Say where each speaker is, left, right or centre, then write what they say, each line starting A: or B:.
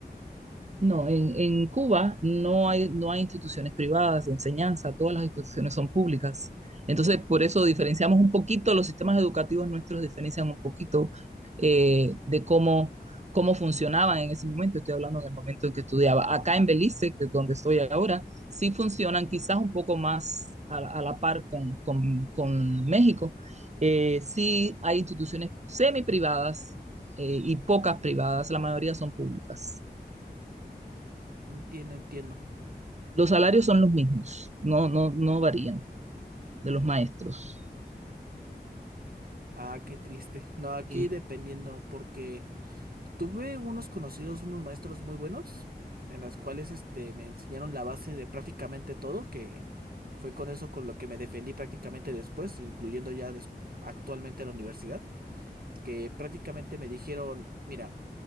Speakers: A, on the right; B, on the right.
A: No, en, en Cuba no hay, no hay instituciones privadas de enseñanza, todas las instituciones son públicas. Entonces, por eso diferenciamos un poquito, los sistemas educativos nuestros diferencian un poquito eh, de cómo, cómo funcionaban en ese momento. Estoy hablando en el momento en que estudiaba. Acá en Belice, que es donde estoy ahora, sí funcionan quizás un poco más a, la a la par con, con, con México. Eh, sí hay instituciones semi privadas eh, y pocas privadas, la mayoría son públicas
B: Entiendo, entiendo.
A: los salarios son los mismos, no, no, no varían de los maestros.
B: Ah, qué triste. No, aquí
A: Eh,
B: dependiendo, porque Tuve unos conocidos, unos maestros muy buenos, en las cuales este, me enseñaron la base de prácticamente todo, que fue con eso con lo que me defendí prácticamente después, incluyendo ya des- actualmente la universidad, que prácticamente me dijeron, mira,